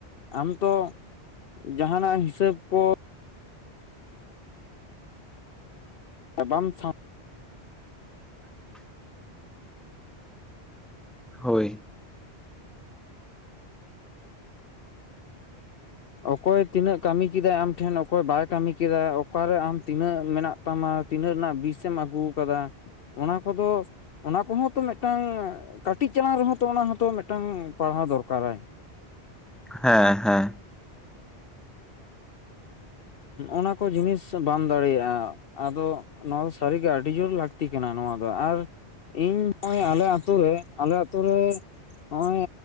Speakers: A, on the left; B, in the centre.
A: ᱟᱢ ᱛᱚ, ᱡᱟᱦᱟᱸᱱᱟᱜ ᱦᱤᱥᱟᱹᱵ ᱠᱚ ᱟᱼᱵᱟᱢ, ᱥᱟᱶ
B: <inaudible> <unintelligible> ᱦᱳᱭ ᱾
A: ᱚᱠᱚᱭ ᱛᱤᱱᱟᱹᱜ ᱠᱟᱹᱢᱤ ᱠᱮᱫᱟᱭ ᱟᱢ ᱴᱷᱮᱱ, ᱚᱠᱚᱭ ᱵᱟᱭ ᱠᱟᱹᱢᱤ ᱠᱮᱫᱟ ᱾ ᱚᱠᱟᱨᱮ, ᱟᱢ ᱛᱤᱱᱟᱹᱜ ᱢᱮᱱᱟᱜ ᱛᱟᱢᱟ ᱾ ᱛᱤᱱᱟᱹᱜ ᱨᱮᱱᱟᱜ, ᱵᱤᱥ ᱮᱢ ᱟᱹᱜᱩ ᱟᱠᱟᱫᱟ ᱾ ᱚᱱᱟ ᱠᱚᱫᱚ, ᱚᱱᱟ ᱠᱚᱦᱚᱸ ᱛᱚ, ᱢᱤᱫᱴᱟᱝ ᱠᱟᱹᱴᱤᱡ ᱪᱟᱞᱟᱝ ᱨᱮᱦᱚᱸ ᱛᱚ, ᱚᱱᱟ ᱦᱚᱸᱛᱚ, ᱢᱤᱫᱴᱟᱝ ᱯᱟᱲᱦᱟᱣ ᱫᱚᱨᱠᱟᱨᱟᱭ ᱾
B: ᱦᱮᱸᱻᱦᱮᱸᱻ ᱾ <unintelligible>
A: ᱚᱱᱟ ᱠᱚ, ᱡᱤᱱᱤᱥ ᱵᱟᱢ ᱫᱟᱲᱮᱭᱟᱜᱼᱟ ᱾ ᱟᱫᱚ, ᱱᱚᱣᱟ ᱫᱚ ᱥᱟᱹᱨᱤ ᱜᱮ, ᱟᱹᱰᱤ ᱡᱳᱨ ᱞᱟᱹᱠᱛᱤ ᱠᱟᱱᱟ, ᱱᱚᱣᱟ ᱫᱚ, ᱟᱨ ᱤᱧ ᱱᱚᱜ ᱚᱭ, ᱟᱞᱮ ᱟ. ᱛᱩ ᱨᱮ, ᱟᱞᱮ ᱟ. ᱛᱩ ᱨᱮ, ᱱᱚᱜ ᱚᱭ,